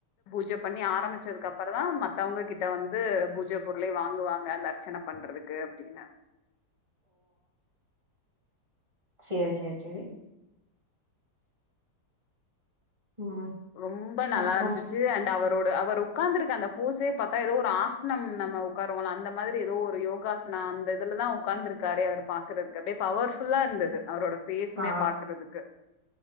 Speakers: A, on the left; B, on the right.
A: பூஜ பண்ணி ஆரம்பிச்சதுக்கப்பறந்தா மத்தவுங்க கிட்ட வந்து பூஜ பொருளே வாங்குவாங்க அந்த அர்ச்சனப் பண்றதுக் கு அப்டின
B: சேர் சேர் சேரி ம்
A: ரொம்ப நல்லாருந்துச்சி
B: அப்றோ
A: அண்ட் அவரோடு அவருப் உக்காந்துருக்க அந்த போசே பாத்தா எதோ ஒரு ஆசனம் நம்ம உக்காருவோல அந்த மாதிரி எதோ ஒரு யோகாச் னா அந்த இதுலதா உக்காந்துருக்காரே அவர் பாக்கறதுக்கு அப்டியே பவர்ஃபுல்லா இருந்தது அவரோடப் ஃபேசுமே
B: ஆ
A: பாக்றதுக்கு